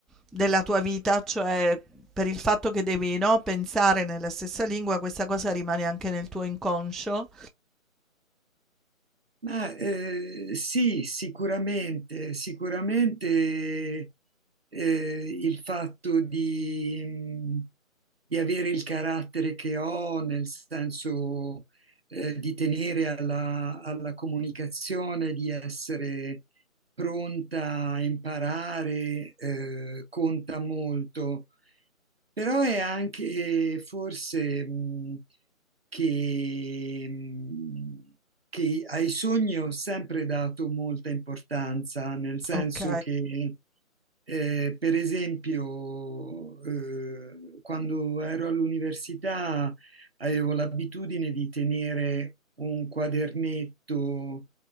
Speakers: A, in the centre; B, on the right.
A: della tua vita, cioè per il fatto che devi, no, pensare nella stessa lingua, questa cosa rimane anche nel tuo inconscio?
B: Ma eh, sì, sicuramente, sicuramente eh, il fatto di, mh, di avere il carattere che ho, nel senso eh, di tenere alla, alla comunicazione, di essere pronta a imparare, eh, conta molto. Però è anche forse mh, che, mh, che ai sogni ho sempre dato molta importanza, nel senso
A: Ok.
B: che, eh, per esempio, eh, quando ero all'università avevo l'abitudine di tenere un quadernetto